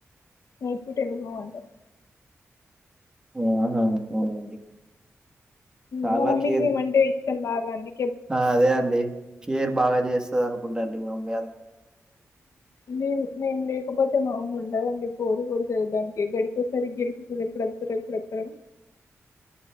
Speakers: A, on the left; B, on the right.
A: నైట్ పూట ఎందుకు అంటారు.
B: ఆహా అవునండి చాలా
A: మ మమ్మీకి
B: కేర్
A: మండే మాగాంధీ
B: ఆ అదే అండి కేర్ బాగా చేస్తది అనుకుంటాండి మి మామ్
A: మే మేము లేకపోతే మా అమ్మ ఉండదండి కోరు కోరు చదాంక గడికిసారి గరికితుంది ఇప్పుడుంతర ఇప్పుడువతార